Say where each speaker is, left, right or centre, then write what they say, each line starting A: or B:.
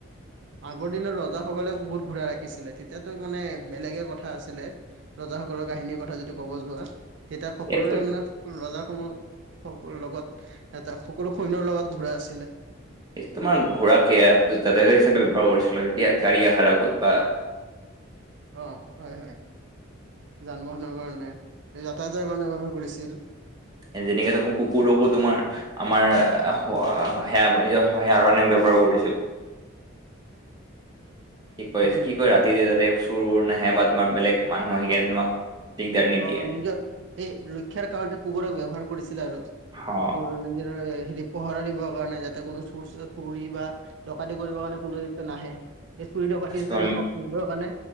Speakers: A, on the right (about 60°); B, on the right (about 20°).
A: আগৰ দিনত ৰজাসকলে বহুত ঘোঁৰা ৰাখিছিলে তেতিয়াতো মানে বেলেগে কথা আছিলে। ৰজাসকলৰ কাহিনীৰ কথা যদি ক'ব যোৱা তেতিয়া সকলোৰে
B: এক
A: মানে ৰজা সমূহ সকল লগত ই আ আ এটা সকলো সৈন্যৰ লগত ঘোঁৰা আছিলে।
B: এই তোমাৰ ঘোঁৰাকে যাতায়তৰ হিচাপে ব্যৱহাৰ কৰিছিল ন তেতিয়া গাড়ী আহাৰ আগত বা
A: অ হয় হয়, যান-বাহনৰ কাৰণে যাতায়াতৰ কাৰণে ব্যৱহাৰ কৰিছিল।
B: এই যেনেকে টো কুকুৰকো তোমাৰ আমাৰ স সেয়া নিজৰ সেৱাৰ কাৰণে ব্যৱহাৰ কৰিছিল। কি কয়
A: উম
B: কি কয় ৰাতি যাতে চোৰ-বোৰ নাহে বা তোমাৰ বেলেগ মানুহ আহি কেনে তোমাক দিগদাৰ নিদিয়ে
A: অ' নিজৰ এই ৰক্ষাৰ কাৰণতে কুকুৰক ব্যৱহাৰ কৰিছিলে আৰু
B: হ
A: কুকুৰ নিজৰ হেৰি পহৰা দিবৰ কাৰণে যাতে কোনো চুৰ-চাৰ কৰি বা ডকাইতি কৰিবৰ কাৰণে কোনো যাতে নাহে। এই চুৰি ডকাতি
B: তোমাৰ
A: যেন নহওক সেইবোৰৰ কাৰণে